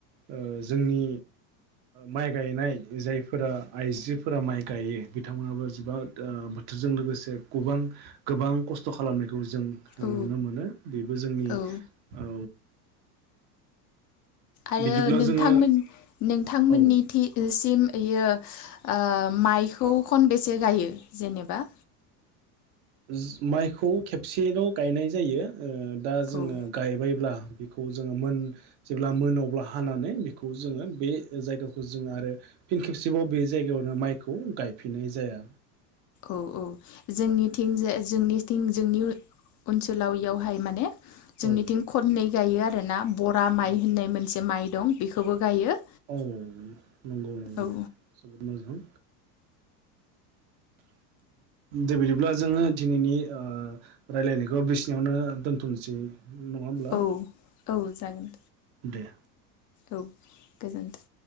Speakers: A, on the right; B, on the left.
A: ओ जोंनि माइ गायनाय जायफोरा आइजोफोरा माइ गायो बिथांमोनाबो जोबोद ओ बोथोरजों लोगोसे गोबां गोबां खस्थ' खालामनायखौ जों
B: औ
A: नुनो मोनो बेबो जोंनि
B: औ
A: औ
B: आरो
A: बिदिब्ला
B: नोंथांमोन
A: जोङो
B: नोंथांमोननि
A: औ
B: थिसिम इयो ओ माइखौ खनबेसे गायो जेनेबा?
A: <unintelligible> माइखौ खेबसेल' गायनाय जायो। ओ दा जोङो
B: औ
A: गायबायब्ला बिखौ जोङो मोन जेब्ला मोनो अब्ला हानानै बेखौ जोङो बे जायगाखौ जोङो आरो फिन खेबसेबाव बे जायगायावनो माइखौ गायफिननाय जाया।
B: औ औ जोंनिथिंजाय जोंनिथिं जोंनि ओनसोलाव बेयावहाय माने जोंनिथिं
A: औ
B: खननै गायो आरो ना बरा माइ
A: औ
B: होननाय मोनसे माइ दं बिखौबो गायो
A: औ नंगौ नंगौ
B: औ
A: जोबोद मोजां दे बिदिब्ला जोङो दिनैनि ओ रायलायनायखौ बिसिनावनो दोनथसै नङा होमब्ला
B: औ औ जागोन
A: दे
B: औ गोजोन्थों